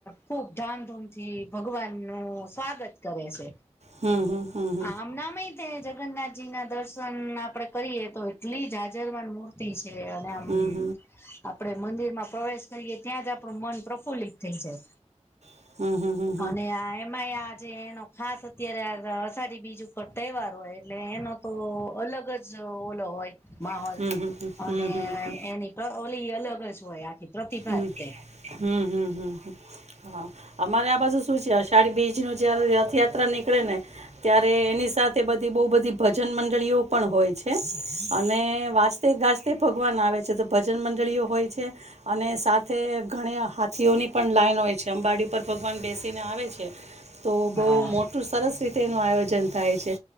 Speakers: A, on the left; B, on the right.
A: ખુબ ધામધૂમથી થી ભગવાન નું સ્વાગત કરે છે.
B: હમ્મ હમ્મ.
A: આમ નામય તે જગન્નાથજી ના દર્શન આપડે કરીએ તો એટલી જ હાજર ન મૂર્તિ છે અને આમ
B: હમ હમ
A: આપણે મંદિરમાં પ્રવેશ કરીએ ત્યાં જ આપણું મન પ્રફુલ્લિત થઈ જાય.
B: હમ હમ હમ હમ હમ હમ
A: અને એમાં આજે એનો ખાસ અત્યારે અષઢી બીજ ઉપ હોય એટલે એનો તો અલગ જ ઓલો હોય માહોલ
B: હમ હમ હમ
A: અને
B: હમ હમ
A: એની ઓલી અલગ જ હોય આખી પ્રતિભા
B: હ
A: તે
B: હમ્મ હમ્મ હ અમારે આ બાજુ શું છે અષાઢી બીજ ન જયારે રથયાત્રા નીકળે ને ત્યારે એની સાથે બધી બહુ બધી ભજન મંડળીઓ પણ હોય છે અને વાજતે ગાજતે ભગવાન આવે છે તો ભજન મંડળીઓ હોય છે. અને સાથે ઘણી હાથીઓની પણ લાઈન હોય છે અંબાડી પર ભગવાન બેસીને આવે છે. તો બઉ
A: હા
B: મોટું સરસ રીતે એનું આયોજન થાય છે.